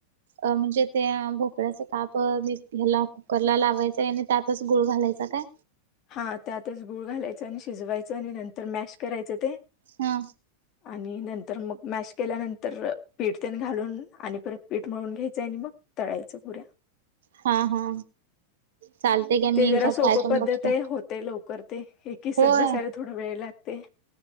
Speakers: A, on the right (about 60°); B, on the left (about 35°).
A: अ म्हणजे ते भोपळ्याचे काप ह्याला कुकरला लावायचंय आणि त्यातच गुळ घालायचा काय?
B: हा त्यातच गुळ घालायचा आणि शिजवायचं आणि नंतर मॅश करायचं ते.
A: हा
B: आणि नंतर मग मॅश केल्यानंतर- पीठ तेल घालून आणि परत पीठ मळून घ्यायचंय आणि मग तळायचं पुऱ्या.
A: हा हा चालते का मी
B: ते जरा
A: एकदा
B: सोप
A: ट्राय करून
B: पद्धत
A: बघते
B: आहे होतय लवकर ते. हे किसत
A: होय
B: बसायला थोडा वेळ लागतेय.